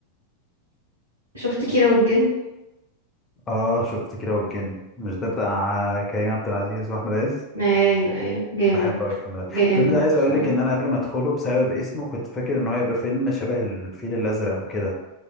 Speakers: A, on the right (about 70°); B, on the left (about 20°).
A: شفت كيرة والجن
B: اه شفت كيرة والجن مش ده بتاع كريم عبد العزيز واحمد عز
A: ايوه ايوه جامد
B: بحب قوي الفيلم ده
A: جامد
B: الفيلم ده عايز
A: الصراحة
B: اقول لك ان انا قبل ما ادخله بسبب اسمه كنت فاكر ان هو يبقى فيلم شبه الفيل الازرق وكده